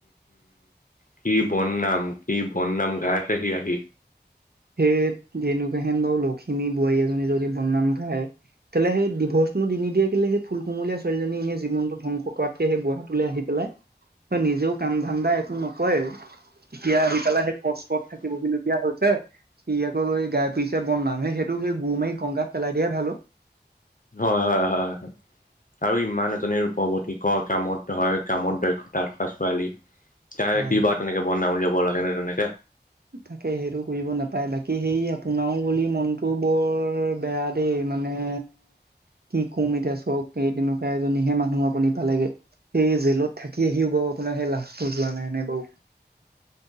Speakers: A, on the left; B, on the right.
A: কি বদনাম, কি বদনাম গাইছে সি আহি।
B: সেইত তেনেকােৱাহেন বাৰু লখিমী বোৱাৰী এজনীৰ যদি বদনাম গায় তেলে সেই ডিভৰ্চটো নিদিয়ে কেলে, সেই ফুল কুমলীয়া ছোৱালীজনী এনে জীৱনটো ধ্বংস কৰাতকে, সেই বুঢ়াটোলে আহি পেলাই। হয় নিজেও কাম ধান্দা একো নকৰে। এতিয়া আহি পেলাই সেই কষ্টত থাকিবহিলগীয়া হৈছে। সি আকৌ গাই পুৰিছে বনাম সেইোক সেই গুৰ মাৰি গংগাত পেলাই দিয়াই ভাল অ।
A: হয় হয় হয় হয়। আৰু ইমান এজনী ৰূপৱৰতী ক কামত হয় কামত দক্ষতা থকা ছোৱালী। তাই
B: হয়
A: সি বাও
B: হয়
A: তেনেকে বন নাম ওলিয়াব লাগেনে তেনেকে।
B: তাকে সেইটো কৰিব নাপায় বাকী সেই আপোনাৰও বুলি মনটো বৰ। বেয়া দেই মানে। কি কম এতিয়া চক এই তেনেকুৱা এজনীহে মানুহ আপুনি পালেগে। সেই জেলত থাকি আহিও বাৰু আপোনাৰ সেই লাষ্টটো যোৱা নাই নে বাৰু।